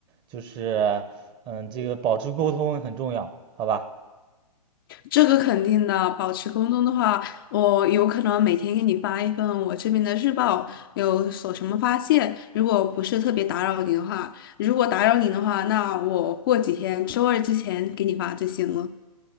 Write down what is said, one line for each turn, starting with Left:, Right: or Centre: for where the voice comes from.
Right: 就是嗯，这个保持沟通很重要，好吧？
Left: 这个肯定的，保持沟通的话，我有可能每天给你发一份我这边的日报，有所什么发现。如果不是特别打扰你的话，如果打扰你的话，那我过几天周二之前给你发就行了。